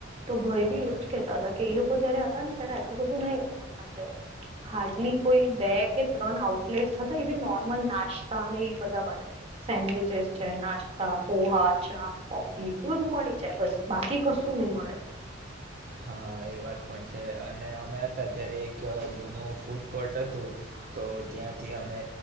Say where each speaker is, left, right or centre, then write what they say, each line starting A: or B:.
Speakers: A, on the right; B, on the right.
A: તો ભઈ
B: હા
A: બી એવુંજ કેહેતા હતા કે એ જયારે હતા ને ત્યારે આટલું બધું નહી હતું એ અંદર હાર્ડલી કોઈ બે કે ત્રણ આઉટલેટસ હતા એવી નોર્મલ નાસ્તાને બધા માટે- સેન્ડવીચેસ છે, નાસ્તા, પોહા, ચા, કોફી એ બધું મળી જાય બસ- બાકી કશું નહી મળે.
B: હા એ- વાત પણ છે અને અમે હતા ત્યારે એક જૂનું ફૂડ કોર્ટ હતું. તો ત્યાંથી અમે